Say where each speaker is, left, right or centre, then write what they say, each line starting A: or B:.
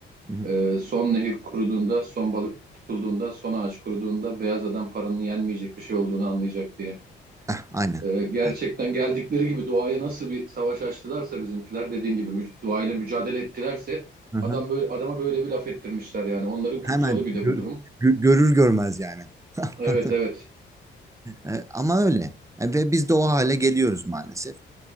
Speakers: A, on the right; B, on the right.
A: Hı hı.
B: E, son nehir kuruduğunda, son balık tutulduğunda, son ağaç kuruduğunda beyaz adam paranın yenmeyecek bir şey olduğunu anlayacak diye.
A: Ah, aynen.
B: E, gerçekten
A: Yani.
B: geldikleri gibi doğaya nasıl bir savaş açtılarsa bizimkiler dediğin gibi mü doğayla mücadele ettilerse
A: Hı hı.
B: adam böyle adama böyle bir laf ettirmişler yani. Onların
A: Hemen
B: kutsalı bir
A: gör-
B: de bu durum.
A: gö- görür görmez yani. <laughs>
B: Evet, evet.
A: E, ama öyle. E, ve biz de o hale geliyoruz maalesef.